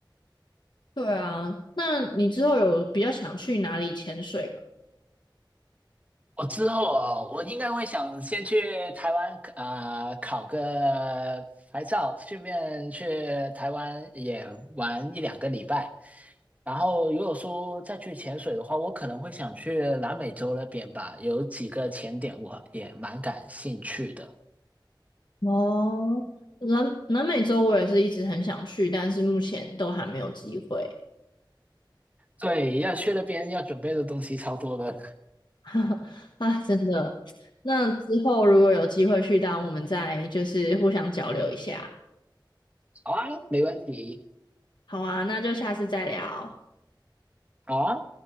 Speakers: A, on the left (about 65°); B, on the right (about 15°).
A: 对啊，那你之后有比较想去哪里潜水吗？
B: 我之后啊，我应该会想先去台湾啊、呃考个牌照，顺便去台湾也玩一两个礼拜。然后如果说再去潜水的话，我可能会想去南美洲那边吧，有几个潜点我也蛮感兴趣的。
A: 哦，南南美洲我也是一直很想去，但是目前都还没有机会。
B: 对，要去那边要准备的东西超多的。
A: <laughs> 啊，真的。那之后如果有机会去到，我们再就是互相交流一下。
B: 好啊，没问题。
A: 好啊，那就下次再聊。
B: 好啊，